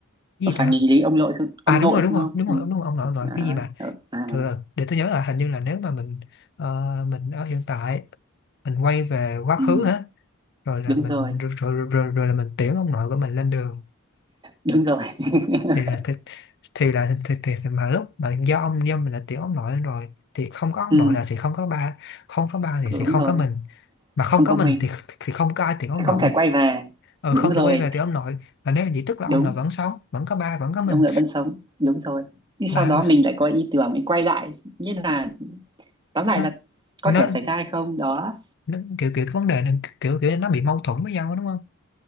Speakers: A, on the left; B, on the right.
A: Cái
B: có
A: gì
B: phải
A: ta
B: nghịch lý ông nội không
A: à
B: ông
A: đúng
B: nội
A: rồi
B: không
A: đúng rồi
B: không
A: đúng
B: ừ.
A: rồi đúng rồi ông nội ông nội
B: à,
A: cái gì mà
B: ờ, à
A: rồi để tôi nhớ là hình như là nếu mà mình ờ, mình ở hiện tại mình quay về quá
B: ừ.
A: khứ hả rồi là
B: đúng
A: mình
B: rồi
A: rồi, rồi, rồi, rồi là mình tiễn ông nội của mình lên đường
B: đúng rồi <laughs>
A: thì là thì, thì là thì, thì, thì mà lúc mà do ông do mình là tiểu ông nội rồi thì không có ông
B: ừ.
A: nội là sẽ không có ba không có ba thì
B: đúng
A: sẽ không
B: rồi
A: có mình mà không
B: không
A: có
B: có
A: mình
B: mình
A: thì thì không có ai tiểu ông
B: không
A: nội
B: thể quay về
A: ờ
B: đúng
A: không
B: rồi
A: thể quay về tiểu ông nội mà nếu vậy tức là
B: đúng
A: ông nội vẫn sống vẫn có ba vẫn có mình
B: ông nội vẫn sống đúng rồi nhưng sau
A: mà
B: đó mình lại có ý tưởng mình quay lại nghĩa là tóm lại
A: nó,
B: là có
A: nó,
B: thể xảy ra hay không đó
A: nó kiểu kiểu cái vấn đề này kiểu kiểu nó bị mâu thuẫn với nhau đó, đúng không